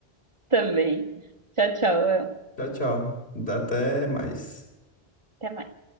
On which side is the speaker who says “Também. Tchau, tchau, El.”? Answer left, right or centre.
Right